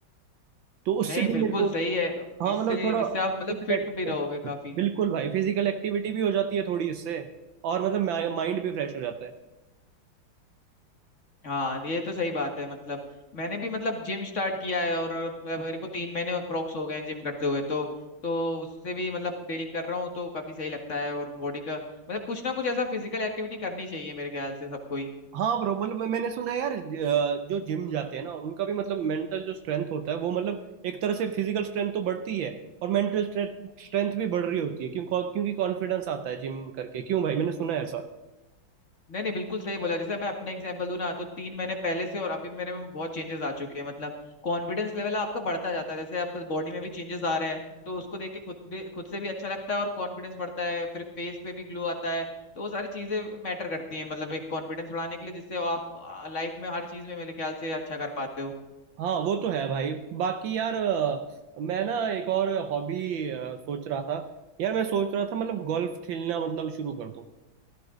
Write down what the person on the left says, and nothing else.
नहीं
बिल्कुल
सही है
इससे
इससे आप मतलब
फिट
भी रहोगे काफी
हाँ ये तो सही बात है मतलब मैंने भी मतलब जिम स्टार्ट किया है और मतलब मेरे को तीन महीने अप्रोक्स हो गए हैं जिम करते हुए तो तो उससे भी मतलब डेली कर रहा हूँ तो काफी सही लगता है और बॉडी का मतलब कुछ ना कुछ ऐसा फिजिकल एक्टिविटी करनी चाहिए मेरे ख्याल से सबको ही
नहीं नहीं बिल्कुल सही बोला जैसे मैं अपना एग्जांपल दूं ना तो तीन महीने पहले से और अभी मेरे में बहुत चेंजेस आ चुके हैं मतलब कॉन्फिडेंस लेवल आपका बढ़ता जाता है जैसे अब बॉडी में भी चेंजेस आ रहे हैं तो उसको देख के खुद भी खुद से भी अच्छा लगता है और कॉन्फिडेंस बढ़ता है फिर फेस पे भी ग्लो आता है तो वो सारी चीजें मैटर करती हैं मतलब एक कॉन्फिडेंस बढ़ाने के लिए जिससे आप लाइफ में हर चीज में मेरे ख्याल से अच्छा कर पाते हो